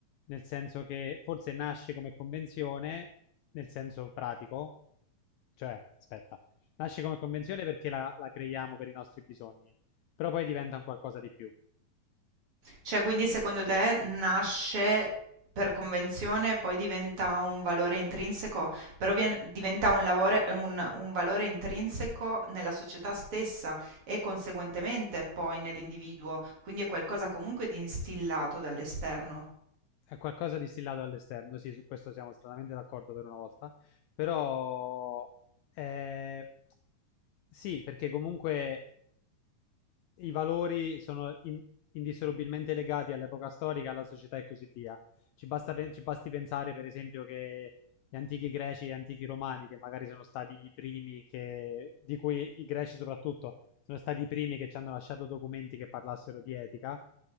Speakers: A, on the left; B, on the right.
A: nel senso che forse nasce come convenzione, nel senso pratico, cioè, aspetta, nasce come convenzione perché la, la creiamo per i nostri bisogni, però poi diventa un qualcosa di più.
B: Cioè, quindi secondo te nasce per convenzione e poi diventa un valore intrinseco, però vien- diventa un, lavore- un un valore intrinseco nella società stessa e conseguentemente poi nell'individuo, quindi è qualcosa comunque di instillato dall'esterno.
A: È qualcosa distillato all'esterno, sì, su questo siamo stranamente d'accordo per una volta, però eh, sì, perché comunque i valori sono in- indissolubilmente legati all'epoca storica, alla società e così via. Ci basta pe- ci basti pensare, per esempio, che gli antichi greci e gli antichi romani, che magari sono stati i primi che, di cui i greci soprattutto, sono stati i primi che ci hanno lasciato documenti che parlassero di etica,